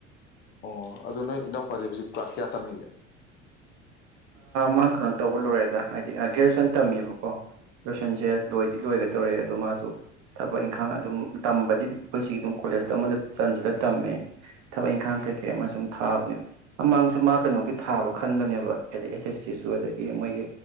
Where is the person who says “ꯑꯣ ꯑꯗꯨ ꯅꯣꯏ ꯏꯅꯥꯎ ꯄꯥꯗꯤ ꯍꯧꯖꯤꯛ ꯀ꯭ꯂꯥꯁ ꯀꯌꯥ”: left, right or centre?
Left